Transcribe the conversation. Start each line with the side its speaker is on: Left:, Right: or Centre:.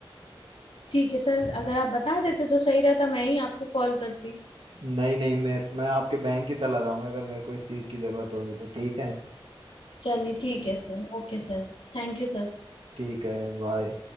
Left: ठीक है सर अगर आप बता देते तो सही रहता मैं ही आपको कॉल करती
Right: नहीं नहीं मेरे मैं आपके बैंक ही चला जाऊंगा अगर मेरे को इस चीज की जरूरत होगी तो ठीक है
Left: चलिए ठीक है sir Okay sir Thank you sir
Right: ठीक है बाय